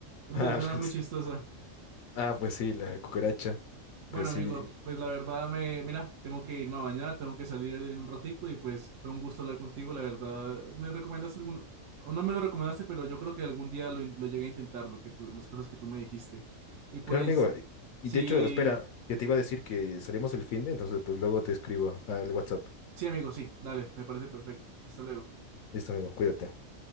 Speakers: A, on the right; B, on the left.
A: No
B: Ah,
A: sé, suena
B: pues,
A: muy chistosa.
B: ah, pues sí, la cucaracha.
A: Bueno,
B: Pues sí.
A: amigo, pues la verdad, me, mira, tengo que irme a bañar, tengo que salir en un ratico y pues fue un gusto hablar contigo. La verdad, me recomendaste algún, o no me lo recomendaste, pero yo creo que algún día lo, in- lo llegué a intentar, lo que tú, las cosas que tú me dijiste. Y pues,
B: Claro, amigo. eh,
A: sí,
B: Y de hecho, espera, que te iba a decir que salimos el fin de, entonces pues luego te escribo al WhatsApp.
A: sí, amigo, sí, dale, me parece perfecto. Hasta luego.
B: Listo, amigo, cuídate.